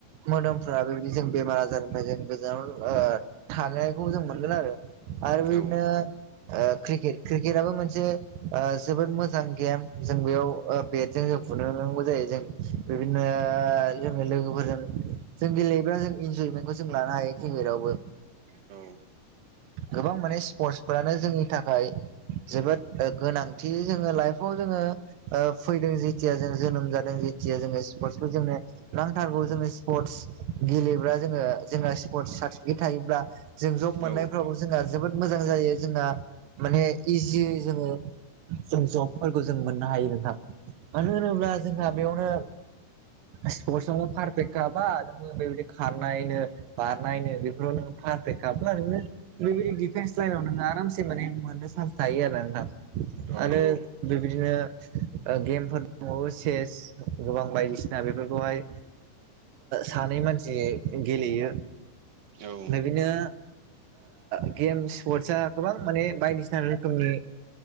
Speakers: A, on the right; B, on the right.
A: मोदोमफोरा बेबायदि जों बेमार आजारनिफ्राय जों गोजानाव ओ थानायखौ जों मोनगोन आरो आरो बिदिनो
B: औ
A: ओ क्रिकेट क्रिकेटआबो मोनसे ओ जोबोद मोजां गेम जों बेयाव बेटजों जों फुनोांगौ जायो जों बिदिनो ओ जोङो लोगोफोरजों जों गेलेयोब्ला जों इन्जयमेन्टखौ जों लानो हायो क्रिकेटवबो
B: औ।
A: गोबां माने स्पर्टसफोरानो जोंनि थाखाय जोबोद गोनांथि जोङो लाइफआव जोङो ओ फैदों जेथिया जों जोनोम जादों जेथिया जोङो स्पर्टसखौ जोंनो नांथारगौ जोङो स्पर्टस गेलेयो
B: औ
A: <inaudible> बो जोंहा जोबोद मोजां जायो जोंहा माने इजि जोङो जों जबफोरखौ जों मोननो हायो नोंथां मानो होनोब्ला जोंहा बेयावनो स्पर्टसआवबो पारफेक्ट गाबा नोङ बेबायदि खारनायनो बारनायनो बेफोराव नो फारफेख खाब्ला नोङो बेबायदि डिफेन्स लाइनाव नोङो आरामसे माने मोननो चान्स थायो आरो नोंथा।
B: औ
A: आरो
B: नंगौ
A: बेबायदिनो ओ गेमफोर दंबावो चेस गोबां बायदिसिना बेफोरखौहाय सानै मानसि गेलेयो।
B: औ।
A: बिदिनो गेमस स्पर्टस आ गोबां माने बायदिसिना रोखोमनि